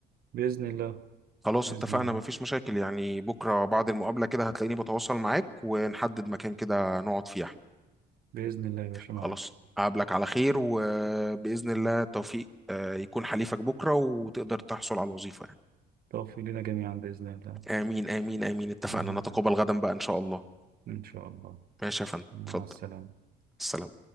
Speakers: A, on the right (about 60°); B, in the centre.
A: بإذن الله
B: خلاص
A: بإذن
B: اتفقنا
A: الله
B: مفيش مشاكل يعني بكره بعد المقابله كده هتلاقيني بتواصل معاك ونحدد مكان كده نقعد فيه
A: بإذن الله يا باشا معاك
B: خلاص أقابلك على خير وبإذن الله التوفيق آه، يكون حليفك بكرة وتقدر تحصل على الوظيفة يعني
A: توفي لنا جميعا بإذن الله
B: آمين آمين آمين اتفقنا
A: بإذن
B: نتقابل
A: الله
B: غدا بقى إن شاء الله
A: إن شاء الله
B: ماشي يا فندم
A: مع
B: اتفضل
A: السلامة
B: السلام